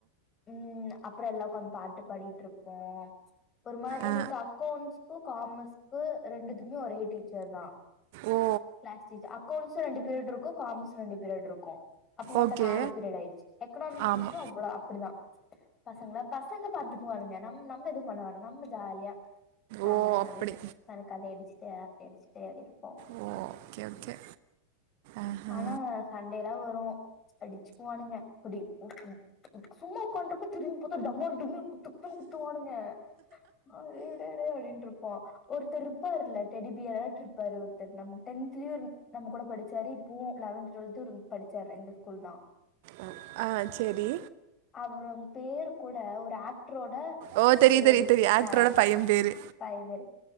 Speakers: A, on the left; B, on the right.
A: ம் அப்புறோ எல்லா உக்கோந் பாட்டு பாடிட்ருப்போம் ஒரு மார் எங்களுக்கு
B: ஆ
A: அக்கோண்ட்ஸ்கு காமஸ்க்கு ரெண்டுத்துக்குமே ஒரே டீச்சர் தா
B: ஓ
A: கிளாஸ் டீச்சர் அக்கோண்ட்ஸ்ஸு ரெண்டு பீரியட் இருக் க்கு காமஸ் ரெண்டி பீரியட் இருக்கு அப்ப மத்த
B: ஓகே
A: நாலு பீரியடு ஆயிருச்சு எக்கனாமிக்ஸ்
B: ஆமா
A: மிஸ்சு அவுங்கதா தா பசங்கள பசங்க பாத்துக்குவானுங்க நம் நம்ம எதும் பண்ணவேனா நம்ம ஜாலியா நாங்க
B: ஓ
A: நாலு
B: அப்படி
A: பேர் நல்லா கதை அடுச்சுட்டு அரட்டை அடுச்சுட்டே அப்டியே இருப் போ
B: ஓ ஓகே ஓகே ஆஹா
A: ஆனா சண்டை எல்லா வரு அடுச்சுக்குவானுங்க அப்புடி ம்க்ம் ம் சும்மா உக்கான்ட்டுப்போ திரும்பி பாத்தா டம்மால் டும்மில் குத்து குத்துன்னு குத்துவானுங்க அடே டே டேய்னு அப்டின்ட்ருப் போ ஒருத்தர் இருப்பாரு இல்ல டெடிபியராட்ட இருப்பார் ஒருத்தர் நமக் டென்தலியுன் நம்ம கூட படுச்சாரு இப்பவு லெவன்த்து டுவெல்து இருந் படுச்சாரு இந்த ஸ்கூல் தா
B: அ ஆ சேரி
A: அவம் பேரு கூட ஒரு ஏக் ட்ரோட
B: ஓ தெரியு
A: பேரு
B: தெரியு தெரியு ஆக்டரோட
A: ஆ
B: பைய பேரு
A: அது மாரி